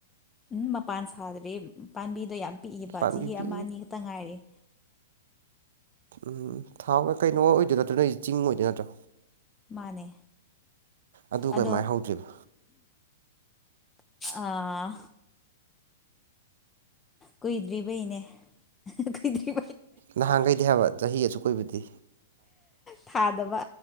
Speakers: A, on the left (about 15°); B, on the right (about 70°).
A: ꯎꯝ ꯃꯄꯥꯟ ꯁꯥꯗ꯭ꯔꯔꯤ ꯄꯥꯝꯕꯤꯗꯣ ꯌꯥꯝ ꯄꯤꯛꯏꯕ
B: ꯄꯥꯟꯕꯤ
A: ꯆꯍꯤ
B: ꯄꯤ
A: ꯑꯃ ꯑꯅꯤ ꯈꯛꯇ ꯉꯥꯏꯔ
B: ꯎꯝ ꯊꯥꯎ ꯀꯩꯅꯣ ꯑꯣꯏꯗꯣꯏ ꯅꯠꯇ꯭ꯔꯣ ꯅꯣꯏꯁ ꯆꯤꯡ ꯑꯣꯏꯗꯣꯏ ꯅꯠꯇ꯭ꯔꯣ
A: ꯃꯥꯅꯦ
B: ꯑꯗꯨ
A: ꯑꯗ
B: ꯀꯃꯥꯏꯅ ꯍꯧꯗ꯭ꯔꯤꯕ
A: ꯑꯥ ꯀꯨꯏꯗ꯭ꯔꯤꯕꯩꯅꯦ ꯀꯨꯏꯗ꯭ꯔꯤ
B: ꯅꯍꯥꯟꯈꯩꯗꯤ ꯍꯥꯏꯕ ꯆꯍꯤ ꯑꯁꯨꯛ ꯀꯣꯏꯏꯕꯗꯤ
A: ꯊꯥꯗꯕ